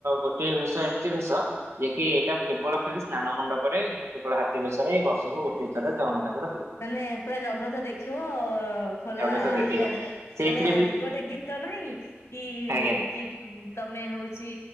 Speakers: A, on the right; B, on the left.
A: ଗୋଟିଏ ସ ତ ଏମିତି ଭେଶ ଯିଏ କିି ଏଇଟା କେବଳ ଖାଲି ସ୍ନାନ ମଣ୍ଡପରେ କେବଳ ହାତୀ ବେଶରେ ଏଇ ବର୍ଷକୁ ଗୋଟଏ ଥର ଜଗନ୍ନାଥଙ୍କର ହୁଏ।
B: ମାନେ ପୁରା ଜଗତ ଦେଖିବ ଖୋଲା
A: ଜଗତ ଦେଖିବ
B: ଆକାଶ
A: ସେଇଥିରେ
B: ମାନେ ଆଜି
A: ବି
B: ଗୋଟେ ଗୀତ ନାହିଁ କି
A: ଆଜ୍ଞା।
B: ଗି ଉଁ ତମେ ହଉଛି